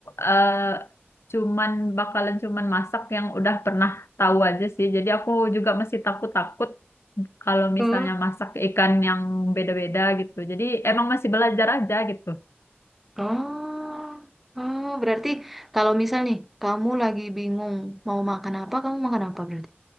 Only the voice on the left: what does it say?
eh, cuman bakalan cuman masak yang udah pernah tahu aja sih. Jadi aku juga masih takut-takut kalau
misalnya masak ikan yang beda-beda gitu. Jadi emang masih belajar aja gitu.